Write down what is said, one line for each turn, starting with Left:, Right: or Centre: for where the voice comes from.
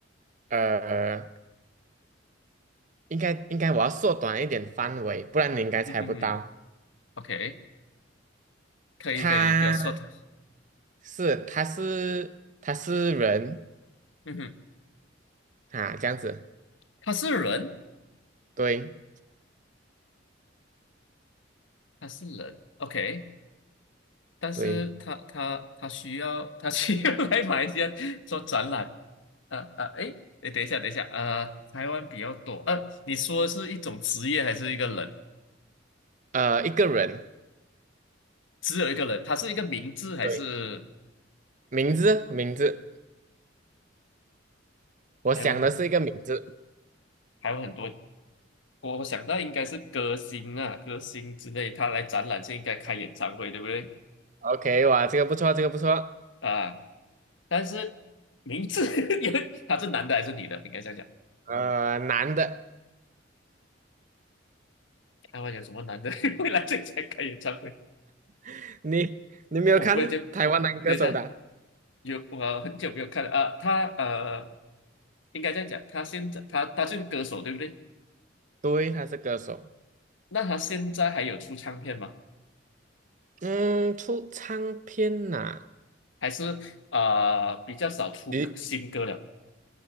Right: 呃，应该应该我要缩短一点范围，不然你应该猜不到。
Left: 嗯哼哼，OK，可以可以，
Right: 他
Left: 就要说的，
Right: 是他是他是人
Left: 嗯哼，
Right: 啊，这样子，
Left: 他是人，
Right: 对
Left: 他是人，OK，但是他他他需要他需要
Right: 对，
Left: <laughs> 来马来西亚做展览，啊啊，诶，诶，等一下等一下，啊，台湾比较多，呃、你说是一种职业还是一个人？
Right: 呃，一个人，
Left: 只有一个人，他是一个名字还是
Right: 对，名字名字，我想的是一个名字。
Left: 台湾很台湾很多？我想到应该是歌星啊，歌星之类，他来展览就应该开演唱会，对不对？
Right: OK，哇，这个不错，这个不错，
Left: 啊，但是名字 <laughs> 因为他是男的还是女的？应该想讲，
Right: 呃，男的，
Left: 台湾有什么男的 <laughs> 会来这里才开演唱会？
Right: <laughs> 你你没有看台湾男歌手的啊？
Left: 我忽然间，等一下，有我很久没有看了啊，他呃，应该这样讲，他现在他他是个歌手，对不对？
Right: 对，他是歌手，
Left: 那他现在还有出唱片吗？
Right: 嗯，出唱片呐、
Left: 还是呃比较少出新歌了？
Right: 你